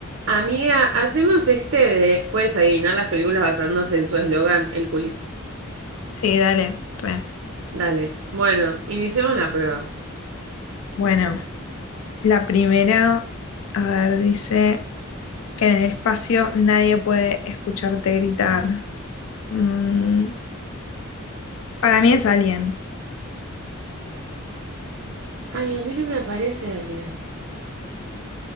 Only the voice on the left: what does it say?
Sí, dale, re.
Bueno, la primera, a ver, dice que en el espacio nadie puede escucharte gritar. Mm, para mí es Alien,